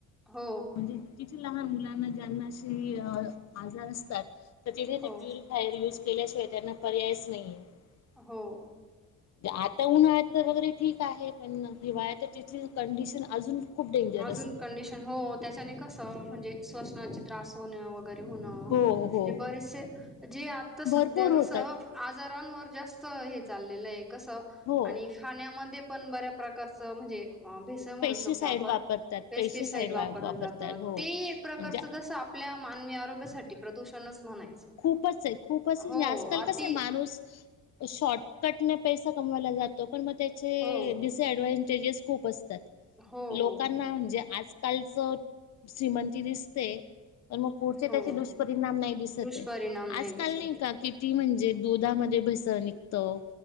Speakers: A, in the centre; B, on the left.
A: हो
B: म्हणजे तिथे लहान मुलांना ज्यांनाशी आजार असतात तर तिथे
A: हो
B: प्युरिफाय यज केल्याशिवाय त्यांना पर्यायच नाही आहे
A: हो
B: आता उन्हाळ तर वगैरे ठीक आहे पण हिवाळ्यात तर तिथली कंडिशन अजून खूप डेंजर
A: अजून
B: असते
A: कंडिशन हो त्याच्याने कस म्हणजे श्वासनाचे त्रास होन वगै बरं होन
B: हो हो
A: ते बरेच से जे आता सद्या
B: भरपूर
A: कस
B: होतात
A: आजार फळांवर हे जास्त हे चाललेलं आहे. कस
B: हो.
A: आणि खाण्यामध्ये पण बऱ्या प्रकारचं म्हणजे भेसळ म्हणू
B: पेस्टिसाईड
A: शकतो आपण.
B: वापरतात
A: पेस्टिसाईड वापरलं
B: वा वापरतात
A: जात,
B: हो
A: ते
B: म्हणजे
A: एक प्रकारच जस आपल्याला मानवी आरोग्यासाठी प्रदूषणच म्हणायचं
B: खूपच आहे. खूपच
A: हो
B: आणि आजकाल
A: अति
B: कसंय माणूस शॉर्ट कटणं पैसा कमवाला जातो. पण म त्याचे
A: हो
B: डिसअडवांटेजेस खूप असतात.
A: हो हो
B: लोकांना
A: हो
B: म्हणजे आज कल जर श्रीमंती दिस ते तर मग पुढचे
A: हो
B: त्याचे दुष्परिणाम नाही दिसत.
A: दुष्परिणाम
B: आजकाल
A: दिसत
B: नाही
A: आहे
B: का किती म्हणजे दुधामध्ये भेसळ निघतं.